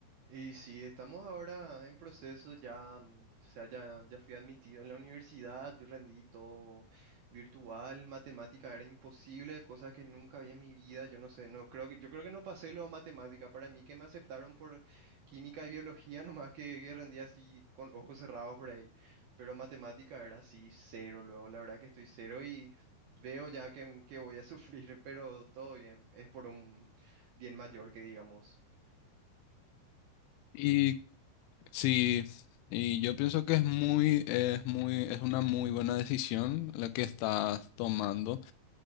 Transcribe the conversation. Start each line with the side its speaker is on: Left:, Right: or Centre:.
Right: Y sí, estamos ahora en proceso, ya, mm, o sea, ya, ya fui admitido en la universidad, yo rendí todo virtual, matemática era imposible, cosas que nunca vi en mi vida, yo no sé, no creo que, yo creo que no pasé lo de matemática, para mí que me aceptaron por química y biología, <laughs> nomás que, que rendí así con ojos cerrados por ahí, pero matemática era así cero, luego la verdad que estoy cero y veo ya que, que voy a <laughs> sufrir, pero todo bien, es por un bien mayor que digamos.
Left: Y sí, y yo pienso que es muy, es muy, es una muy buena decisión la que estás tomando.